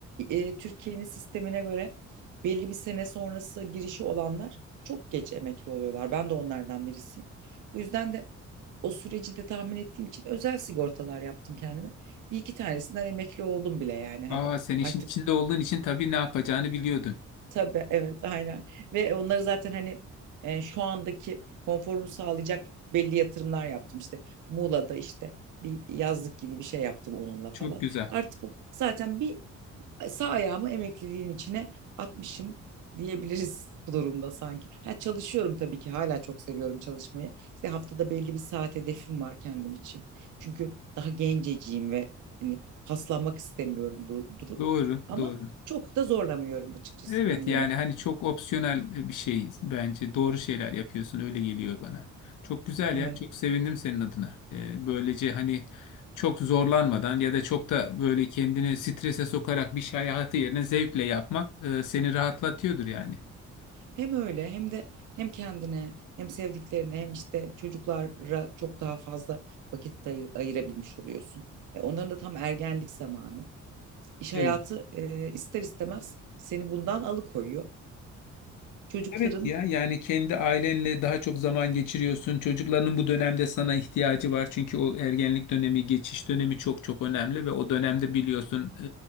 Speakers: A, on the right; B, on the left.
A: e, Türkiye'nin sistemine göre belli bir sene sonrası girişi olanlar çok geç emekli oluyorlar. Ben de onlardan birisiyim. Bu yüzden de o süreci de tahmin ettiğim için özel sigortalar yaptım kendime. Bir iki tanesinden emekli oldum bile yani hani
B: Aa sen işin
A: artık
B: içinde olduğun için tabii ne yapacağını biliyordun.
A: Tabii evet aynen ve onları zaten hani e, şu andaki konforumu sağlayacak belli yatırımlar yaptım işte Muğla'da işte bir yazlık gibi bir şey yaptım onunla
B: Çok
A: falan.
B: güzel.
A: Artık bu- zaten bir sağ ayağımı emekliliğin içine atmışım diyebiliriz <laughs> bu durumda sanki. Ha, çalışıyorum tabii ki hala çok seviyorum çalışmayı. İşte haftada belli bir saat hedefim var kendim için. Çünkü daha genceciyim ve hani paslanmak istemiyorum dur- durup
B: Doğru,
A: ama
B: doğru.
A: çok da zorlamıyorum açıkçası
B: Evet
A: bünyemi.
B: yani hani çok opsiyonel e, bir şey bence doğru şeyler yapıyorsun öyle geliyor bana. Çok güzel
A: Evet.
B: ya çok sevindim senin adına. Ee, böylece hani çok zorlanmadan ya da çok da böyle kendini strese sokarak bir şey hayatı yerine zevkle yapmak e, seni rahatlatıyordur yani.
A: Hem öyle hem de hem kendine hem sevdiklerine hem işte çocuklara çok daha fazla vakit ayır, ayırabilmiş oluyorsun. E, onların da tam ergenlik zamanı. İş
B: Evet.
A: hayatı e, ister istemez seni bundan alıkoyuyor. Çocukların
B: Evet ya yani kendi ailenle daha çok zaman geçiriyorsun. Çocukların bu dönemde sana ihtiyacı var. Çünkü o ergenlik dönemi, geçiş dönemi çok çok önemli ve o dönemde biliyorsun e,